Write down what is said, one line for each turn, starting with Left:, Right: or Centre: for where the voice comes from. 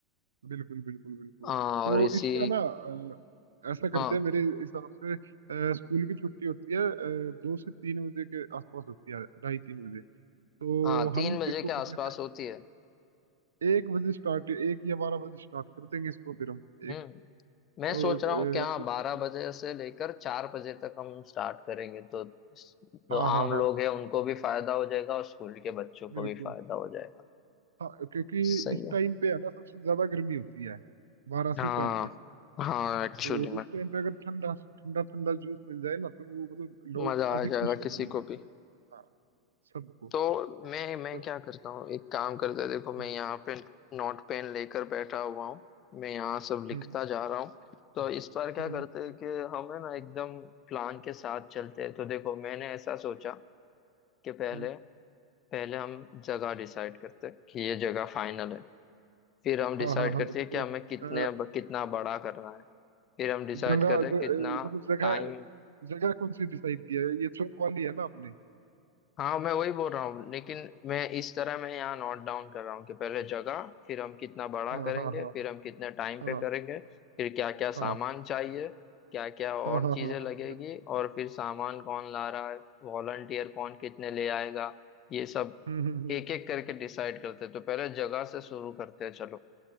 Right: बिल्कुल बिल्कुल बिल्कुल
Left: हाँ
Right: तो
Left: और इसी
Right: इसको है ना अ, ऐसा करते
Left: हाँ
Right: हैं मेरे हिसाब से अ, स्कूल की छुट्टी होती है अ, दो से तीन बजे के आसपास होती है ढाई तीन बजे तो
Left: हाँ तीन
Right: हम
Left: बजे
Right: इसको
Left: के आसपास
Right: कर लेते
Left: होती
Right: हैं
Left: है
Right: एक बजे स्टार्ट एक या बारह बजे स्टार्ट कर देंगे इसको फिर हम
Left: हम्म
Right: एक
Left: मैं
Right: दो
Left: सोच रहा हूँ कि हाँ
Right: अ, ऐसे चलेगा
Left: बारह बजे से लेकर चार बजे तक हम स्टार्ट करेंगे तो जो
Right: हाँ
Left: आम
Right: हाँ हाँ
Left: लोग हैं उनको भी फायदा हो जाएगा और स्कूल के बच्चों
Right: बिल्कुल
Left: को भी फायदा हो जाएगा
Right: हाँ क्योंकि
Left: सही
Right: इस
Left: है
Right: टाइम पे है ना सबसे ज्यादा गर्मी होती है बारह से
Left: हाँ
Right: चार तक
Left: हाँ एक्चुअली
Right: और
Left: में
Right: उस टाइम पे अगर ठंडा ठंडा ठंडा जूस मिल जाए ना तो वो मतलब लोग
Left: मजा
Right: काफी
Left: आ जाएगा
Right: खुश हो जाएंगे
Left: किसी को भी
Right: हाँ सबको
Left: तो मैं मैं
Right: तो-
Left: क्या करता हूँ एक काम करते हैं, देखो मैं
Right: हम्म
Left: यहाँ पे नोट पेन लेकर बैठा हुआ हूँ मैं यहाँ सब लिखता
Right: हम्म
Left: जा रहा हूँ तो इस बार क्या
Right: हम्म
Left: करते हैं कि हम है ना एकदम प्लान के साथ चलते हैं तो देखो मैंने ऐसा सोचा कि पहले
Right: हम्म।
Left: पहले हम जगह डिसाइड करते हैं कि ये जगह फाइनल है फिर हम डिसाइड
Right: हाँ हाँ हाँ
Left: करते
Right: बताओ
Left: हैं कि हमें कितने
Right: अ,
Left: कितना बड़ा करना है फिर हम डिसाइड
Right: जगह
Left: करते हैं
Right: ज, अ,
Left: कितना
Right: मतलब जगह
Left: टाइम
Right: जगह कौन सी डिसाइड किया है ये चौक वाली है ना आपने
Left: हाँ मैं वही बोल रहा हूँ लेकिन मैं इस तरह मैं यहाँ नोट डाउन कर रहा हूँ कि पहले जगह फिर हम कितना बड़ा
Right: हाँ
Left: करेंगे
Right: हाँ हाँ
Left: फिर हम कितने टाइम पे
Right: हाँ
Left: करेंगे फिर क्या क्या सामान
Right: हाँ
Left: चाहिए क्या क्या और
Right: हाँ हाँ हाँ
Left: चीजें
Right: हाँ हाँ
Left: लगेगी
Right: बिल्कुल।
Left: और फिर सामान कौन ला रहा है वॉलंटियर कौन कितने ले आएगा ये सब
Right: हम्म हम्म हम्म
Left: एक एक करके डिसाइड करते हैं तो पहले जगह से शुरू करते हैं चलो